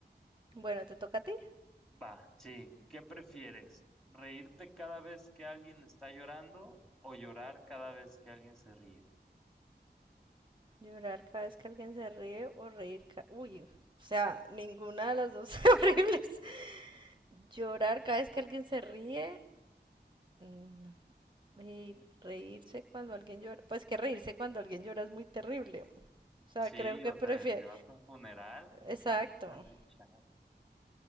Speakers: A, on the right; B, in the centre.
A: Bueno, ¿te toca a ti?
B: Va, sí. ¿Qué prefieres? ¿Reírte cada vez que alguien está llorando o llorar cada vez que alguien se ríe?
A: Llorar cada vez que alguien se ríe o reír ca- Uy, o sea, ninguna de las dos <laughs> son horribles. Llorar cada vez que alguien se ríe. mm, Y reírse cuando alguien llora. Pues que reírse cuando alguien llora es muy terrible. O sea,
B: Sí,
A: creo que
B: o
A: prefiero...
B: sea, si vas a un funeral,
A: Exacto.
B: <laughs> ahí están a echar.